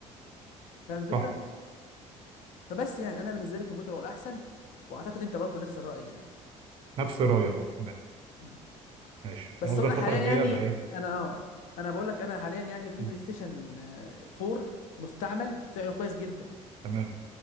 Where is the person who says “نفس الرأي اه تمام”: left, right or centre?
Right